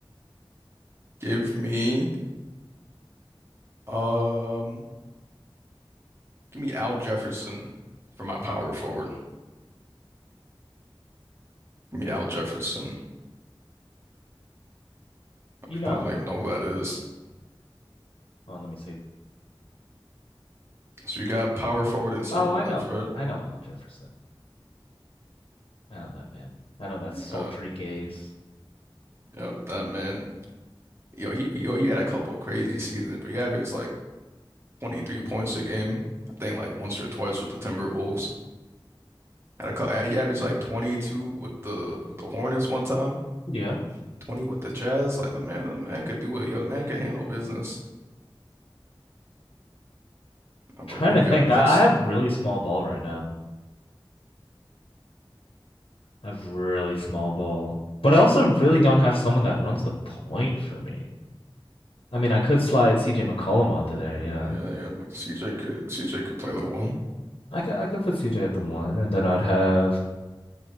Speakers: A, on the right; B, on the left.
A: Give me. Um, give me Al Jefferson for my power forward. Give me Al Jefferson.
B: you
A: You
B: know?
A: probably don't even know who that is.
B: Hold on, let me see.
A: So you got power forward and center
B: Oh, I
A: and
B: know.
A: left, right?
B: I know Al Jefferson. I know that man. I know that
A: Yeah,
B: sultry gaze.
A: yep, that man. Yo, he yo, he had a couple of crazy seasons, but he averaged like 23 points a game. I think like once or twice with the Timberwolves. Had a couple, he averaged like 22 with the with the Hornets one time,
B: Yeah.
A: 20 with the Jazz. Like the man, the man could do it. Yo, the man could handle business. How about
B: Trying
A: who
B: to
A: you
B: think.
A: got next?
B: I, I have really small ball right now. I have really small ball, but I also really don't have someone that runs the point for me. I mean, I could slide CJ McCollum onto there, you
A: Uh,
B: know.
A: Yeah, yeah, CJ could CJ could play the one.
B: I could I could put CJ at the one, and then I'd have